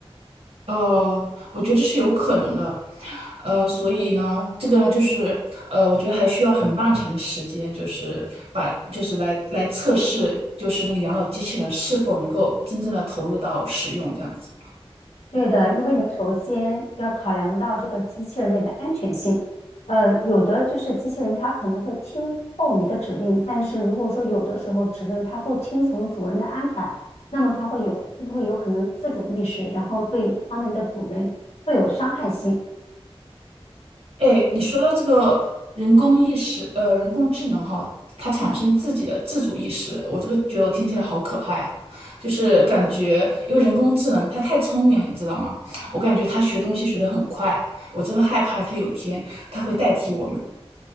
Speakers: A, on the right (about 70°); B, on the left (about 80°).
A: 呃，我觉得这是有可能的，呃，所以呢，这个呢，就是呃，我觉得还需要很漫长的时间，就是把就是来来测试，就是那个养老机器人是否能够真正的投入到使用这样子。
B: 对的，因为你首先要考量到这个机器人的一个安全性。呃，有的就是机器人它可能会听候你的指令，但是如果说有的时候指令它不听从主人的安排，那么它会有会不会有可能自主意识，然后对他们的主人会有伤害性？
A: 哎，你说到这个人工意识，呃，人工智能哈，它产生自己的自主意识，我这个觉得我听起来好可怕呀，就是感觉因为人工智能它太聪明了，你知道吗？我感觉它学东西学得很快，我真的害怕它有一天它会代替我们。